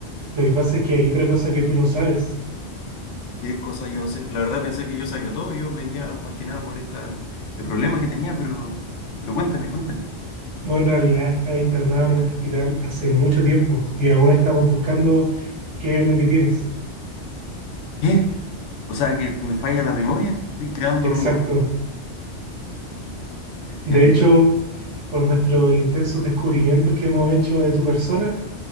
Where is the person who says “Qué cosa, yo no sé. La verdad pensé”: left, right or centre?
Left